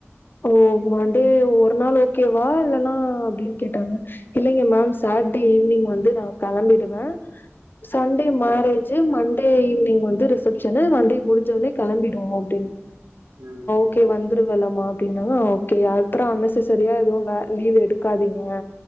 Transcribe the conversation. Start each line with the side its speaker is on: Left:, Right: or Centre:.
Left: ஓ மண்டே ஒரு நாள் ஓகேவா இல்லன்னா அப்டின்னு கேட்டாங்க இல்லைங்க மேம் சார்ட்டே ஈவி்னிங் வந்து நான் கிளம்பிடுவேன் சண்டே
Right: ம் ம்
Left: மேரேஜ் மண்டே ஈவினிங் வந்து ரிசப்ஷனு மண்டே முடிஞ்சவனே கிளம்பிடுவோம் அப்டின்ன
Right: ம்
Left: ஓகே வந்துருவ இல்லமா அப்டிநாளும் ஓகே அப்பறம் அன்நசசரியா எதுவும் வ லீவு எடுக்காதீங்க